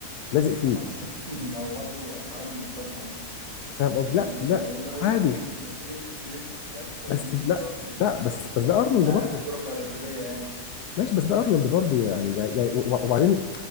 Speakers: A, on the left; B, on the right.
A: لازق فيه
B: اه بس <laughs> ما هو برضه حرام المقارنة دي
A: فاهم قصدي
B: لأن
A: لا لا
B: لأن هو
A: عادي
B: بيلعب <laughs> يعني المفروض يمسك فينيسيوس فاهم ففينيسيوس
A: بس لا
B: برضه
A: لا بس بس ده ارنولد
B: أنت عارف
A: برضه
B: الكرة البرازيلية يعني
A: ماشي بس ده ارنولد برضو يعني يعني وب- وبعدين